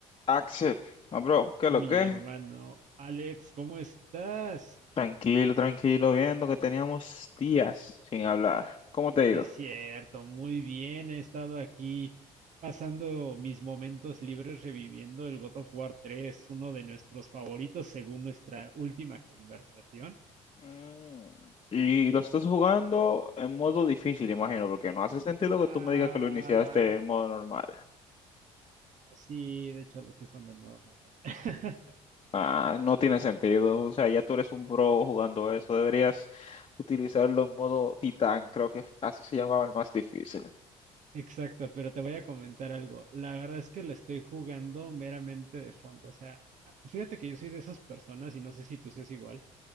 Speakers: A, on the left; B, on the right.
A: Axel, no, bro, ¿qué lo
B: Mi
A: que?
B: hermano Alex, ¿cómo estás?
A: Tranquilo, tranquilo, viendo que teníamos días sin hablar. ¿Cómo te ha ido?
B: Sí, es cierto, muy bien. He estado aquí pasando mis momentos libres reviviendo el God of War 3, uno de nuestros favoritos según nuestra última conversación.
A: Mm, Y lo estás jugando en modo difícil, imagino, porque no hace sentido
B: Ah,
A: que tú me digas que lo iniciaste en modo normal.
B: sí, de hecho lo estoy jugando en modo normal. <laughs>
A: Ah, no tiene sentido, o sea, ya tú eres un pro jugando eso, deberías utilizarlo en modo titán, creo que así se llamaba el más difícil.
B: Exacto, pero te voy a comentar algo. La verdad es que lo estoy jugando meramente de fondo. O sea, fíjate que yo soy de esas personas y no sé si tú seas igual.